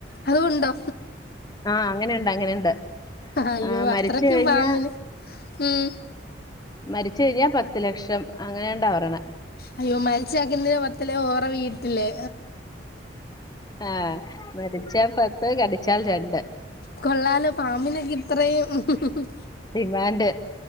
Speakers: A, on the left; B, on the left.
A: അതുണ്ടോ
B: ആ അങ്ങനെയുണ്ട് അങ്ങനെയുണ്ട്
A: അയ്യോ
B: ആ
A: അത്രക്കും
B: മരിച്ചു കഴിഞ്ഞാ
A: പാമ്പിന് ഉം
B: മരിച്ച് കഴിഞ്ഞാ പത്തു ലക്ഷം അങ്ങനെണ്ടാ പറയണ്.
A: അയ്യോ മരിച്ചാക്കെന്തിനാ പത്തല്ലേ ഓറെ വീട്ടില്ലേ
B: ആഹ് മരിച്ചാൽ പത്ത് കടിച്ചാൽ രണ്ട്.
A: കൊള്ളാലൊ പാമ്പിനൊക്കെ ഇത്രയും. ഉം
B: ഡിമാൻഡ്